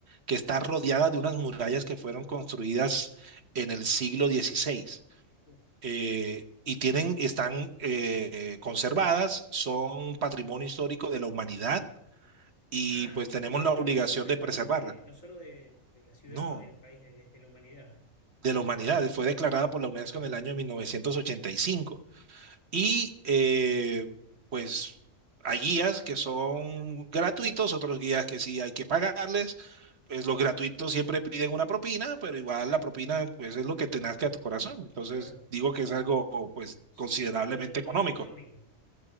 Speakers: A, on the right; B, on the left.
A: que está rodeada de unas murallas que fueron construidas en el siglo XVI.
B: Uf.
A: eh, y tienen, están eh, conservadas, son patrimonio histórico de la humanidad y
B: Ah,
A: pues tenemos
B: no del
A: la
B: pa-
A: obligación
B: no solo del
A: de
B: país,
A: preservarla.
B: de, no solo de, de la ciudad
A: No,
B: o del país, de, de la humanidad.
A: de la humanidad. Fue declarada por la UNESCO
B: Claro,
A: en el año 1985. Y cinco. Y eh, pues hay guías que son gratuitos, otros guías que sí hay que pagarles. Pues los gratuitos siempre piden una propina, pero igual la propina pues es lo que te nazca a tu corazón. Entonces
B: claro.
A: digo que es algo pues
B: Sigue
A: considerablemente
B: siendo dentro
A: económico.
B: de lo económico.